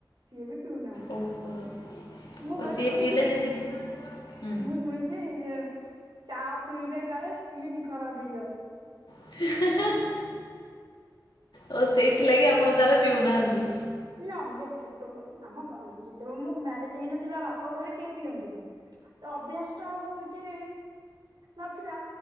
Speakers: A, on the right; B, on the left.
A: ସିଏ ବି ପିଉନାହାନ୍ତି।
B: ଓହୋ
A: ମୁଁ
B: ଆଉ
A: ଘରେ
B: ସିଏ
A: ଶୁଣିଛି
B: ପିଇଲେ ଯଦି ହୁଁ
A: ମୁଁ ନୁହେଁ। ଯେ ଏ ଚା ପିଇଲେ କାଳେ ସ୍କିନ୍ ଖରାପ ହେଇଯାଏ।
B: <inaudible> ତ ସେଇଥିଲାଗି ଆପଣ ତାହେଲେ ପିଉନାହାନ୍ତି?
A: ନା ଦେ ଛୋଟ ବେଳୁ ଆମ ଘ ଯେତେବେଳେ ମୁଁ ମ୍ୟାରେଜ ହେଇନଥିଲା ବାପ ଘରେ କେହି ପିଅନ୍ତିନି। ତ ଅଭ୍ୟାସ ଟା ହଉଚି ନଥିଲା।